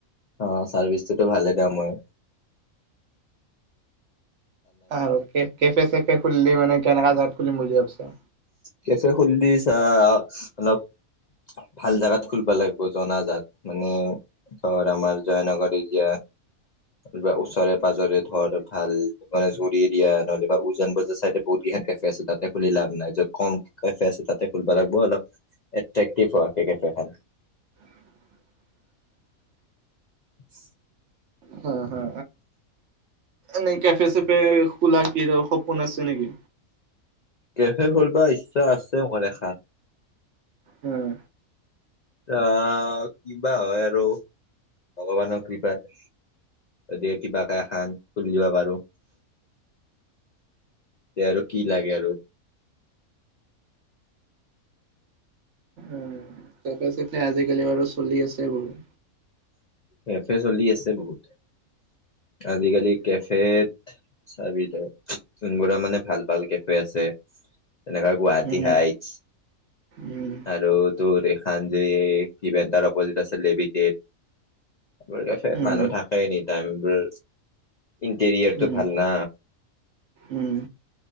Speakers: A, on the left (about 65°); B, on the right (about 60°).
A: অ চাৰ্ভিচটোতো ভালে দাম হয়।
B: আৰু কেফে চেফে খুলিলে মানে কেনেকোৱা জেগাত খুলিম বুলি ভাবিছ।
A: কেফে খুলিছা অলপ ভাল জোগাত খুলব লাগিব জনাজাত মানে ধৰ আমাৰ জয়নগৰ এৰিয়া বা ওচৰে পাঁজৰে ধৰ ভাল গণেশগুৰি এৰিয়া নহ'লেবা উজান বজাৰ চাইডে বহুত ইয়াতে ফেচো তাতে খুলি লাভ নাই যে কম ক ফেচো তাতে খুলিব লাগিব অলপ। এট্ৰেক্টিভ হোৱা কে কেফে খন
B: <unintelligible>
A: উ
B: হা হা নান কেফে চেফে খোলা কি সপোন আছে নেকি?
A: কেফে খোলবা ইচ্ছা আছে মোৰ এখন
B: উম
A: অহ কিবা হয় আৰু ভগৱানৰ কৃপাত দিয়ে কিবা কে এ খান খুলিবা পাৰো এ আৰু কি লাগে আৰু
B: উ চাফা চাফে আজিকালি বাৰু চলি আছে বহুত।
A: কেফে চলি আছে বহুত আজিকালি কেফেত চাবিদা যোনবোৰ মানে ভাল ভাল কেফে আছে, তেনেকা গুৱাহাটী
B: উম
A: হাইটছ
B: উম
A: আৰু তোৰ সান্জ ভিভেণ্টাৰ অপজিট আছে লি উম মিটেড এ ৰ ক
B: উম
A: মানুহ থাকে নি টাইমবোৰ ইণ্টেৰিয়েলটো
B: উম
A: ভাল না।
B: উম।